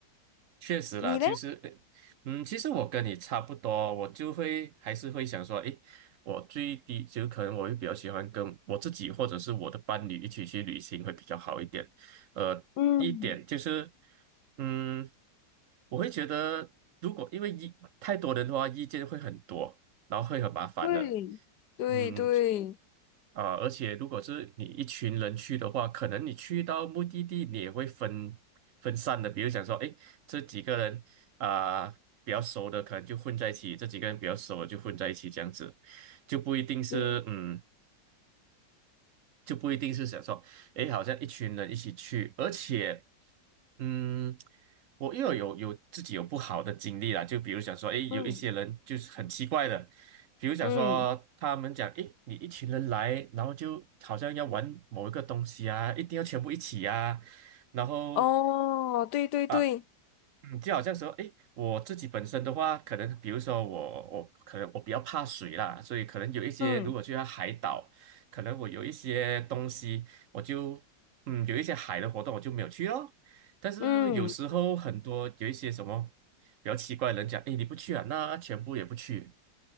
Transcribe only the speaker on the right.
确实啦，
其实，呃嗯，其实我跟你差不多，我就会还是会想说，诶，我最低就可能我会比较喜欢跟我自己或者是我的伴侣一起去旅行会比较好一点。呃，
一点就是，嗯，我会觉得如果因为意太多人的话，意见会很多，然后会很麻烦的。
嗯，啊、而且如果是你一群人去的话，可能你去到目的地，你也会分分散的。比如讲说，哎，这几个人啊、比较熟的，可能就混在一起；这几个人比较熟的就混在一起，这样子就不一定是嗯
就不一定是想说，诶，好像一群人一起去，而且，嗯，我又有有自己有不好的经历啦，就比如想说，诶，有一些人就是很奇怪的，
比如想说他们讲，
诶，你一群人来，然后就好像要玩某一个东西啊，一定要全部一起啊，然后。
啊。嗯，就好像说，诶，我自己本身的话，可能比如说我我可能我比较怕水啦，所以可能有一些如果去到海岛，
可能我有一些东西，我就嗯有一些海的活动我就没有去哦。但是有时候很多有一些什么比较奇怪的人讲，
诶，你不去啊，那全部也不去。